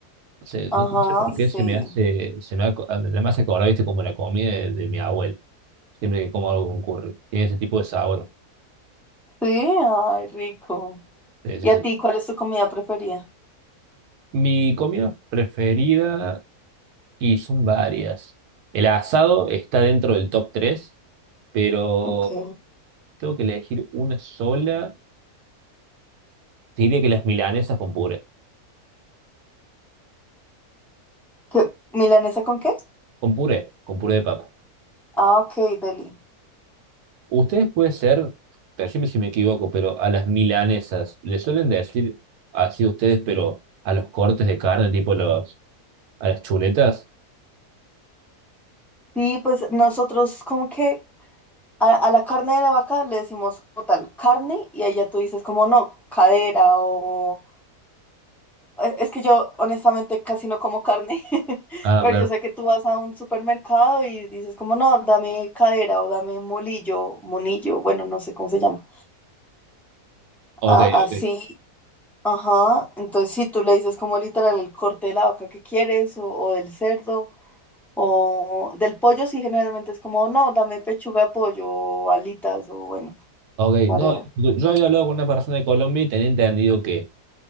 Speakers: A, on the right (about 80°); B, in the centre.
A: No sé,
B: Ajá,
A: no, no sé por
B: sí.
A: qué se me hace... Se me, ac- me hace acordar, viste, como la comida de, de mi abuelo. Siempre que como algo con curry. Tiene ese tipo de sabor.
B: Sí, ay, rico.
A: Sí, sí,
B: ¿Y a
A: sí.
B: ti cuál es tu comida preferida?
A: Mi comida preferida, y son varias. El asado está dentro del top 3, pero...
B: Ok.
A: tengo que elegir una sola, te diría que las milanesas con puré.
B: ¿Qué- ¿Milanesa con qué?
A: Con puré, con puré de papa.
B: Ah, ok, deli.
A: Ustedes puede ser, decime si me equivoco, pero a las milanesas le suelen decir así ustedes, pero a los cortes de carne, tipo los, a las chuletas.
B: Sí, pues nosotros como que A, a la carne de la vaca le decimos como tal carne y ahí ya tú dices como no, cadera o... Es es que yo honestamente casi no como carne, <laughs>
A: Ah,
B: pero
A: claro.
B: yo sé que tú vas a un supermercado y dices como no, dame cadera o dame molillo, monillo, bueno, no sé cómo se llama.
A: Ok,
B: A- así,
A: ok.
B: ajá. Entonces si tú le dices como literal el corte de la vaca que quieres o, o del cerdo o del pollo, sí generalmente es como no, dame pechuga de pollo o alitas o bueno,
A: Ok,
B: whatever.
A: no, yo había hablado con una persona de Colombia y tenía entendido que,